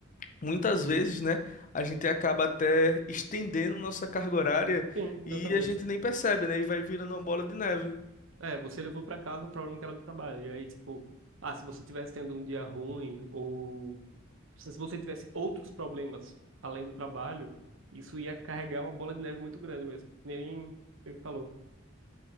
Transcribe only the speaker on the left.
muitas vezes, né, a gente acaba até estendendo nossa carga horária
e a gente nem percebe, né? E vai virando uma bola de neve.